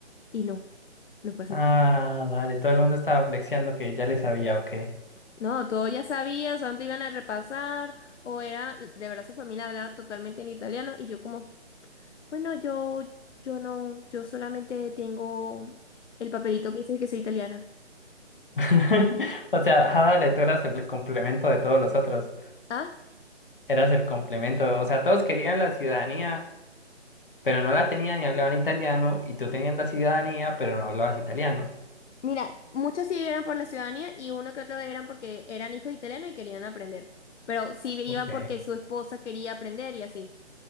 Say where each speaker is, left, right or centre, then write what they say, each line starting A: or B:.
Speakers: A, on the left; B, on the left.
A: Y no, no fue así.
B: Ah, dale, todo el mundo estaba flexiando que ya le sabía o qué.
A: No, todos ya sabían, solamente iban a repasar, o era, de verdad su familia hablaba totalmente en italiano, y yo como, bueno, yo, yo no, yo solamente tengo el papelito que dice que soy italiana.
B: <laughs> O sea, ah, dale, tú eras el complemento de todos los otros,
A: Ah,
B: eras el complemento, o sea, todos querían la ciudadanía, pero no la tenían y hablaban italiano, y tú tenías la ciudadanía, pero no hablabas italiano.
A: mira, muchos sí eran por la ciudadanía y uno que otro eran porque eran hijos italianos y querían aprender. Pero sí iban
B: Ok.
A: porque su esposa quería aprender y así.